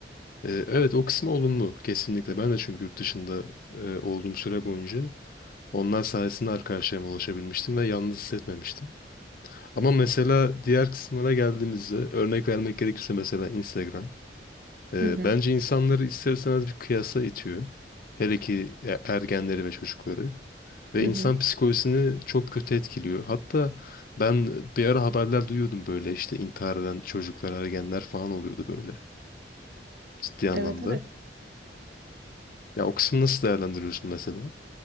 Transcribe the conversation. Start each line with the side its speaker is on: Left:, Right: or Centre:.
Left: Ee, evet o kısmı olumlu kesinlikle. Ben de çünkü yurt dışında e, olduğum süre boyunca onlar sayesinde arkadaşlarıma ulaşabilmiştim ve yalnız hissetmemiştim. Ama mesela diğer kısımlara geldiğimizde örnek vermek gerekirse mesela Instagram. e,
Right: Hı hı,
Left: bence insanları ister istemez bir kıyasa itiyor. Hele ki e- ergenleri ve çocukları. Ve
Right: hı
Left: insan
Right: hı.
Left: psikolojisini çok kötü etkiliyor. Hatta ben bir ara haberler duyuyordum böyle işte intihar eden çocuklar, ergenler falan oluyordu böyle ciddi anlamda.
Right: Evet evet.
Left: Ya o kısmı nasıl değerlendiriyorsun mesela?